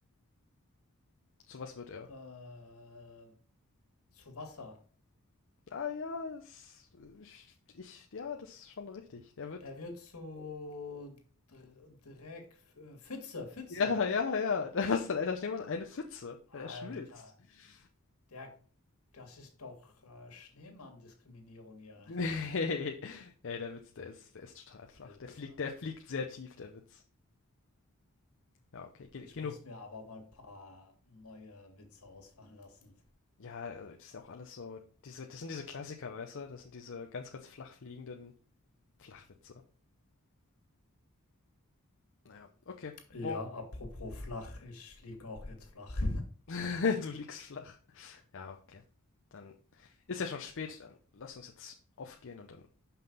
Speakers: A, on the left (about 60°); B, on the left (about 75°).
A: Zu was wird er?
B: Äh, zu Wasser.
A: Ah ja, das, ich, ich, ja, das ist schon richtig. Der wird
B: Der wird zu Dr- Dreck, äh, Pfütze, Pfütze.
A: Ja, ja, ja. <laughs> Da ist dein alter Schneemann eine Pfütze, weil
B: Alter,
A: er schmilzt. <laughs>
B: der, das ist doch äh, Schneemann-Diskriminierung hier.
A: Nee. Ey, der Witz, der ist, der ist total flach.
B: <laughs> Witze.
A: Der fliegt, der fliegt sehr tief, der Witz. Ja, okay. Ge
B: Ich
A: genug.
B: muss mir aber mal ein paar neue Witze ausfallen lassen.
A: Ja, also das ist ja auch alles so. Diese, das sind diese Klassiker, weißt du? Das sind diese ganz, ganz flach fliegenden Flachwitze. Naja, okay.
B: Ja,
A: Mo,
B: apropos flach, ich lieg auch jetzt flach.
A: <laughs> du liegst flach. Ja, okay. Dann ist ja schon spät. Dann lass uns jetzt aufgehen und dann